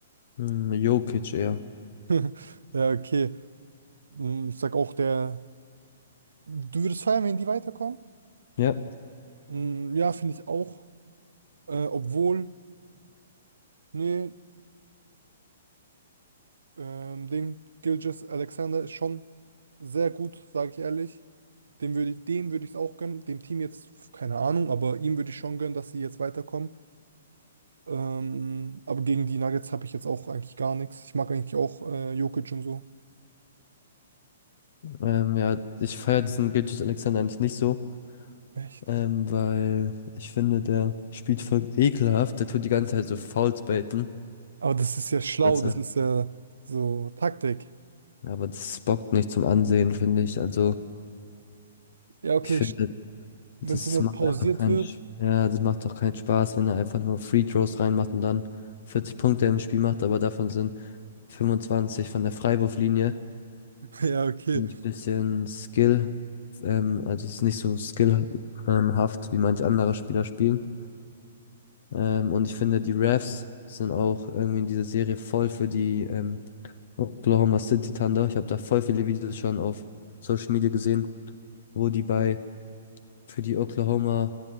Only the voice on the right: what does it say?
<laughs> Ja, okay. Mm, Ich sag auch, der. Du würdest feiern, wenn die weiterkommen?
Mm, Ja, finde ich auch. Äh, obwohl, nee, ähm, Ding, Gilgeous Alexander ist schon sehr gut, sage ich ehrlich. Dem würde ich, dem würde ich es auch gönnen. Dem Team jetzt, keine Ahnung, aber ihm würde ich schon gönnen, dass sie jetzt weiterkommen. Ähm, aber gegen die Nuggets habe ich jetzt auch eigentlich gar nichts. Ich mag eigentlich auch äh, Jokic und so.
Echt.
Aber das ist ja schlau,
das
ist ja so Taktik.
Ja, okay,
wenn es immer
pausiert
wird.
<laughs>
Ja, okay.